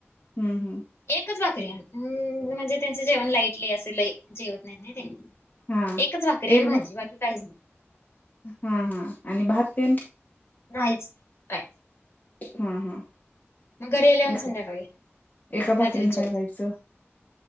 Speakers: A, on the left; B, on the left.
A: हम्म!
B: एकच भाकरी म्हणजे त्यांच जेवण लाईटली अस लय जेवत नाहीत नाय ते.
A: हा
B: एकच भाकरी
A: एक
B: आणि
A: ब
B: भाजी बाकी काहीच नाही
A: हा हा आणि भात तेन.
B: नाहीच काय.
A: हा हा!
B: मग घरी आल्यावरण
A: एक
B: संध्याकाळी
A: एका भाकरीन
B: रात्रीच जेवतात.
A: काय व्हायचं